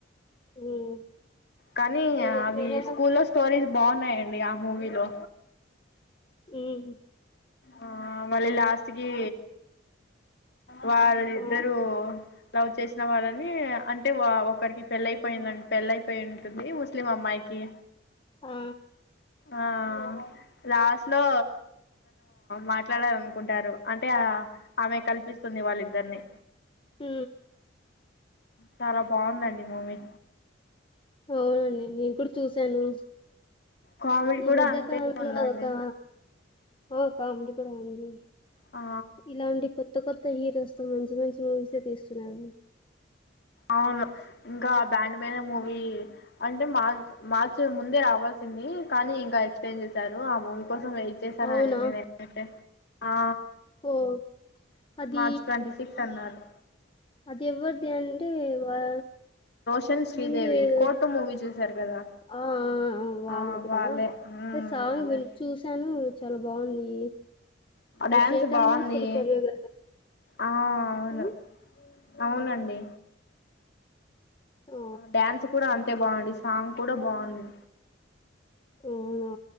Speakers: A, on the left (about 25°); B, on the left (about 55°).
A: ఉమ్
B: కానీ
A: ఏద
B: అవి
A: ఏదైనా
B: స్కూ లో స్టోరీస్ బాగున్నాయండి ఆ మూవీలో
A: ఉమ్
B: ఆ మళ్ళీ లాస్ట్ కి వాళ్ళిద్దరు
A: ఆ
B: లవ్ చేసిన వాళ్ళని అంటే ఒకరికి పెళ్ళయిపోయిందండి ఎల్లైపోయి ఉంటుంది ముస్లిం అమ్మాయికి
A: ఆ
B: ఆ లాస్ట్ లో మాట్లాడాల అనుకుంటారు అంటే ఆమె కల్పిస్తుంది వాళ్ళిద్దరిని
A: హ
B: చాలా బాగుందండి మూవీ
A: అవునండి నేను కూడా చూసాను
B: కామెడీ
A: ఈ
B: కూడా
A: మధ్యకాలళ
B: అంతే ఉందండి
A: అదొకా ఆ కామిలీ కూడా ఉంది
B: ఆ
A: ఇలాంటి కొత్త కొత్త హీరోస్ తో మంచి మంచి మూవీస్ే తీస్తున్నారు
B: అవును ఇంకా బ్యాండ్ మీద మూవీ అంటే మార్ మార్చ ముందే రావాల్సిన ంది కానీ ఇంకా ఎక్స్ప్లెయిన్ చేశారు ఆ మూవీ కోసం వెయిట్ చేశాను
A: అవునా
B: అనండి నేనైతే ఆ
A: ఓ అది
B: మార్చ్ ట్వంటీ సిక్త్ అన్నారు
A: అది ఇవ్వద్ది అంటే వా
B: కన్ శ్రీదేవి
A: ముందు ఏదో
B: కోట మూవీ చూశారు కదా
A: ఆ వాళ్ళది
B: ఆ వాళ్ళే
A: కదా
B: మ్మ్
A: అ సాంగ్
B: వాళ్ళే
A: వి చూసాను చాలా బాగుంది అది
B: డ్యాన్స్
A: శేఖర్మాసరి
B: బాగుంది
A: కొరియోగ
B: ఆ అవును
A: అ
B: అవునండి
A: ఆ
B: డ్యాన్స్ కూడా అంతే బాగుంది సాంగ్ కూడా బాగుంది
A: అవును